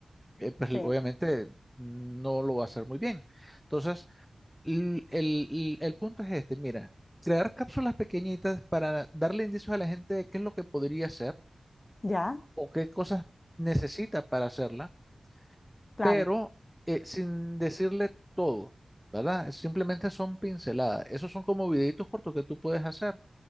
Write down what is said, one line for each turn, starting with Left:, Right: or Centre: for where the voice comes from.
Centre: eh, pues
Left: Sí,
Centre: obviamente no lo va a hacer muy bien. Entonces, l- el, el- el punto es este, mira, crear cápsulas pequeñitas para darle indicios a la gente de qué es lo que podría hacer
Left: ya,
Centre: o qué cosas necesita para hacerla,
Left: claro.
Centre: pero eh, sin decirle todo, ¿verdad? Simplemente son pinceladas. Esos son como videitos cortos que tú puedes hacer